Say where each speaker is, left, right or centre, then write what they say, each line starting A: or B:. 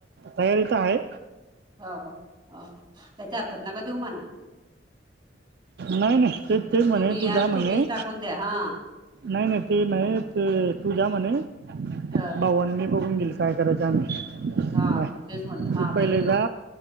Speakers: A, on the right; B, on the right.
A: तयारी तर आहे
B: हो का हो का त्याच्या हातात न का देऊ म्हणा
A: नाही नाही तेच ते म्हणे
B: तुम्ही या
A: तुझा
B: आणि
A: म्हणे
B: तुम्हीच टाकून द्या हा
A: नाही नाही ते म्ह ते तू जा म्हणे
B: हा
A: बावन्नी बघून घेल काय करायच नाही
B: हा,
A: काय
B: मग तेच म्हणलं हा
A: तूप पहिले
B: बरोबर आहे
A: जा